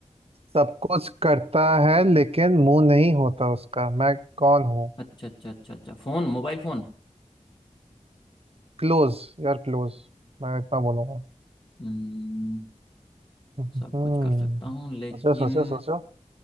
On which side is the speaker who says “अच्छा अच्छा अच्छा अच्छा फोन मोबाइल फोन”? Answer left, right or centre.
Left